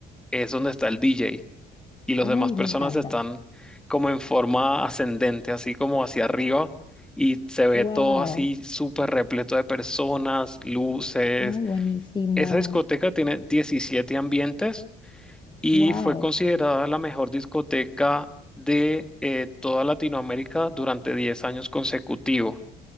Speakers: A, in the centre; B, on the left.
A: es donde está el DJ y las
B: Ay,
A: demás personas
B: me encanta.
A: están como en forma ascendente, así como hacia arriba, y se ve
B: Wow.
A: todo así súper repleto de personas, luces.
B: Ay, buenísimo.
A: Esa discoteca tiene 17 ambientes y
B: Wow.
A: fue considerada la mejor discoteca de eh, toda Latinoamérica durante 10 años consecutivos.